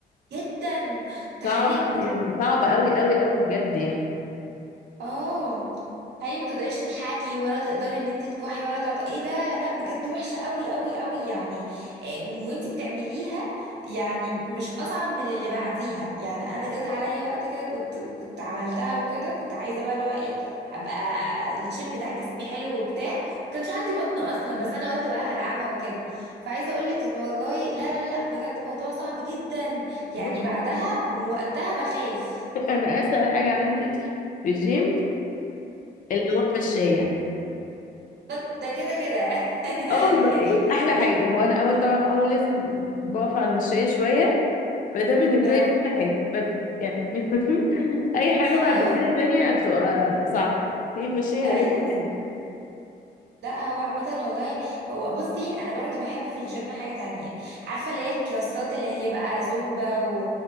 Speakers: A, on the right; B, on the left.
A: جدا تخيلي
B: صعبة يعني صعبة أوي أوي أوي بجد يعني
A: اه تخيلي ما تقدريش تضحكي ولا تقدري ان انت تكحي ولا تعط... ايه ده لا بجد وحشه قوي قوي قوي يعني إيه، وانت بتعمليها يعني مش اصعب من اللي بعديها يعني انا جت عليا وقت كده كنت كنت عملتها وكده كنت عايزه بقى اللي هو ايه ابقى الشيب بتاع جسمي حلو وبتاع ما كانش عندي بطن اصلا بس انا قلت بقى هلعبها وكده فعايزه اقول لك ان والله لا لا لا بجد موضوع صعب جدا يعني
B: بص
A: بعدها من وقتها بخاف
B: أنا أسهل حاجة عندي في الجيم اللي هو المشاية
A: ده ده كده كده <laughs>
B: اه والله إيه، أحلى حاجة وأنا أول طبعا أول لازم بقف على المشاية شوية فده بالنسبة
A: آه،
B: لي أحلى حاجة بس يعني <laughs> أي حاجة بعد
A: ايوه
B: كده تانية بتبقى صعبة هي المشاية
A: ايوه
B: ألذ حاجة
A: لا هو عامة والله هو بصي انا برضو بحب في الجيم حاجة تانية عارفة اللي هي الكلاسات اللي هي بقى زومبا و...